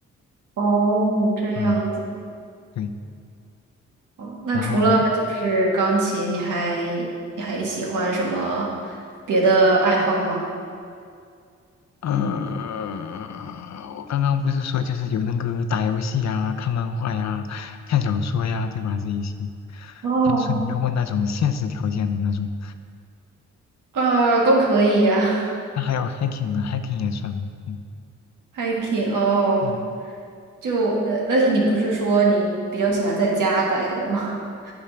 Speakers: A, on the right; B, on the left.
A: 哦，这样子。
B: 嗯，对。
A: 哦，那除了就是钢琴，
B: 然后
A: 你还你还喜欢什么别的爱好吗？
B: 呃，我刚刚不是说就是有那个打游戏呀、看漫画呀、看小说呀，对吧？这一些。
A: 哦，
B: 但是你要问那种现实条件的那种，
A: 呃，都可以呀
B: 那还有 hiking 呢？hiking 也算吗？嗯
A: ，hiking 哦，
B: 嗯，
A: 就那，但是你不是说你比较喜欢在家待着吗？<laughs>